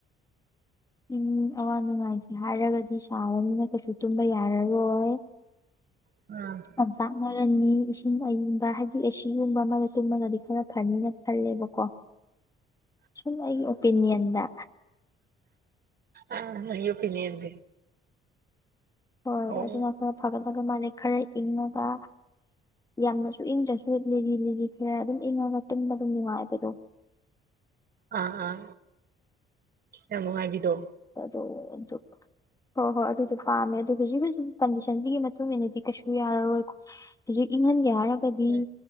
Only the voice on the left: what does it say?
ꯎꯝ ꯑꯋꯥ ꯅꯨꯡꯉꯥꯏꯖꯦ ꯍꯥꯏꯔꯒꯗꯤ ꯁꯥꯕꯅꯤꯅ ꯀꯩꯁꯨ ꯇꯨꯝꯕ ꯌꯥꯔꯔꯣꯏ <unintelligible>
ꯑꯣꯝ ꯆꯥꯛꯅꯔꯅꯤ ꯏꯁꯤꯡ ꯑꯏꯪꯕ ꯍꯥꯏꯗꯤ ꯑꯦꯁꯤꯒꯨꯝꯕ ꯑꯃꯒ ꯇꯨꯝꯃꯒꯗꯤ ꯈꯔ ꯐꯅꯤꯅ ꯈꯜꯂꯦꯕꯀꯣ ꯁꯨꯝ ꯑꯩꯒꯤ ꯑꯣꯄꯤꯅꯤꯌꯟꯗ
ꯍꯣꯏ
ꯑꯗꯨꯅ ꯈꯔ ꯐꯒꯗꯕ ꯃꯥꯜꯂꯦ ꯈꯔ ꯏꯪꯉꯒ ꯌꯥꯝꯅꯁꯨ ꯏꯪꯗ꯭ꯔꯁꯨ ꯂꯤꯔꯤ ꯂꯤꯔꯤ ꯈꯔ ꯑꯗꯨꯝ ꯏꯪꯉꯒ ꯇꯨꯝꯕꯗꯨ ꯅꯨꯡꯉꯥꯏꯕꯗꯣ
ꯗꯨ ꯑꯗꯨ ꯍꯣꯏ ꯍꯣꯏ ꯑꯗꯨꯗꯣ ꯄꯥꯝꯃꯦ ꯑꯗꯨ ꯍꯨꯖꯤꯛ ꯍꯨꯖꯤꯛ ꯀꯟꯗꯤꯁꯟꯁꯤꯒꯤ ꯃꯇꯨꯡ ꯏꯟꯅꯗꯤ ꯀꯩꯁꯨ ꯌꯥꯔꯔꯣꯏꯀꯣ ꯍꯨꯖꯤꯛ ꯏꯪꯍꯟꯒꯦ ꯍꯥꯏꯔ ꯒꯔꯤ